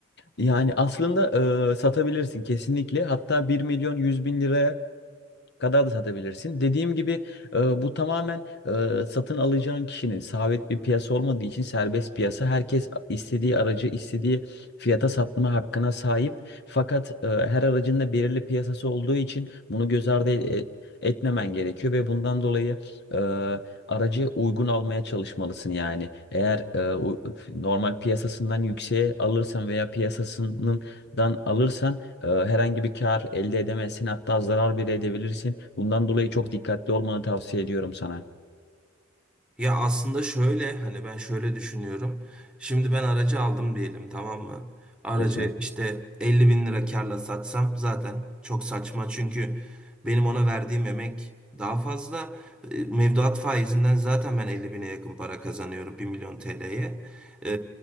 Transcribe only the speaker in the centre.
Ya aslında şöyle hani ben şöyle düşünüyorum. Şimdi ben aracı aldım diyelim tamam mı? Aracı
işte 50 bin lira karla satsam zaten çok saçma. Çünkü benim ona verdiğim emek daha fazla. E, Mevduat faizinden zaten ben 50 bine yakın para kazanıyorum 1 milyon TL'ye. E,